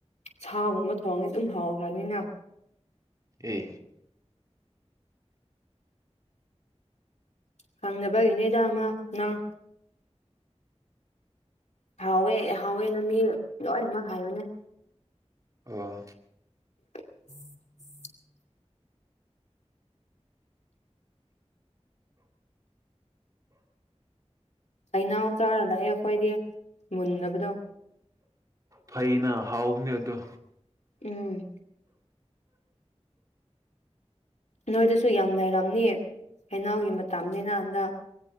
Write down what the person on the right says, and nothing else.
ꯑꯦ
ꯑꯣ
ꯐꯩꯅ ꯍꯥꯎꯕꯅꯦ ꯑꯗꯣ